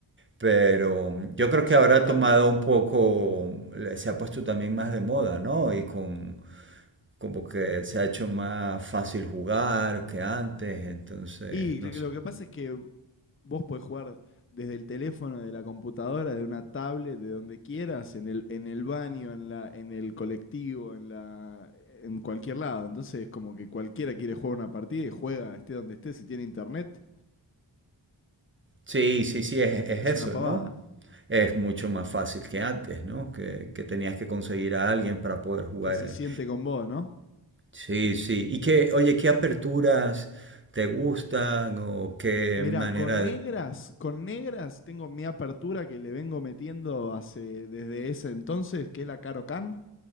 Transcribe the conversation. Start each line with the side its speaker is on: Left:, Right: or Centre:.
Right: Pero mm, yo creo
Left: sí,
Right: que ahora
Left: total.
Right: ha tomado un poco, le- se ha puesto también más de moda, ¿no? Y con como que se ha hecho más fácil jugar que antes, entonces,
Left: Y
Right: no
Left: lo
Right: sé.
Left: que pasa es que vos podés jugar desde el teléfono, de la computadora, de una tablet, de donde quieras, en el, en el baño, en la, en el colectivo, en la, en cualquier lado. Entonces es como que cualquiera quiere jugar una partida y juega, esté donde esté, si tiene internet,
Right: Sí, sí, sí, es, es
Left: es
Right: eso,
Left: una pavada.
Right: ¿no? Es mucho más fácil que antes, ¿no? Que, que tenías que conseguir a alguien para poder jugar
Left: Que se
Right: en...
Left: siente con vos, ¿no?
Right: Sí, sí. Y qué, oye, ¿qué aperturas te gustan o qué
Left: Mirá,
Right: manera...
Left: con negras,
Right: de-
Left: con negras tengo mi apertura que le vengo metiendo hace, desde ese entonces, que es la Caro Can.